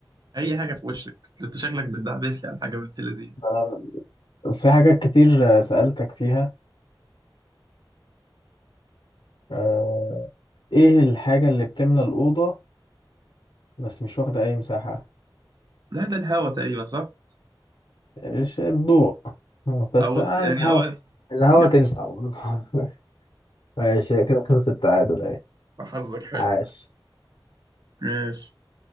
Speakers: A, on the right; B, on the left.
A: اي حاجة في وشك انت شكلك بتدعبس لي على حاجة بنت لذينه
B: أنا بس في حاجات كتير آه، سألتك فيها آه... ايه الحاجة اللي بتملى الأوضة بس مش واخدة أي مساحة
A: لا ده الهوا تقريبا صح
B: ايش الضوء بس
A: او
B: يعني
A: يعني
B: الهوا
A: اه
B: الهوا
A: تمشي
B: تنفع برضه <laughs> ماشي كده خلص التعادل اهي
A: حظك حلو
B: عاش
A: ماشي